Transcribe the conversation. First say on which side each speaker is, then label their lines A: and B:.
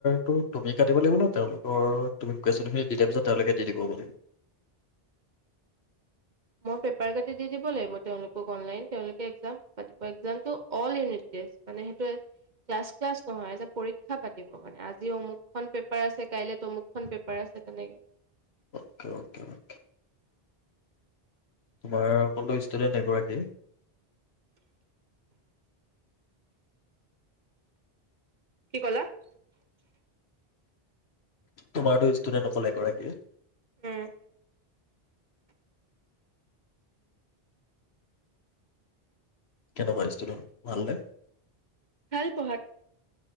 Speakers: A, on the left (about 90°); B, on the right (about 45°).
A: টো তুমি কাটিলা দিব লাগিব ন তেওঁলোকৰ তুমি কুৱেশ্যনখিনি দি দিয়াৰ পিছত তেওঁলোকে দি দিব' লাগিব
B: মই পেপাৰ কাটি দি দিব লাগিব তেওঁলোকক অনলাইন তেওঁলোকে এক্সাম টো অল ইউনিট টেষ্ট মানে সেইটোৱে ক্লাছ টলাস্ত নহয় যে পৰীক্ষা পাতিব মানে আজি অমুকখন পেপাৰ আছে কাইলৈ অমুকখন পেপাৰ আছে তেনেকে
A: অ'কে অ'কে অকে তোমাৰ ক'লো ষ্টুডেন্ট এগৰাকী
B: কি ক'লা?
A: তোমাৰতো ষ্টুডেন্ট অকল এগৰাকীয়ে।
B: উম।
A: কেনেকুৱা ষ্টুডেণ্ট, ভাল নে?
B: ভাল পঢ়াত।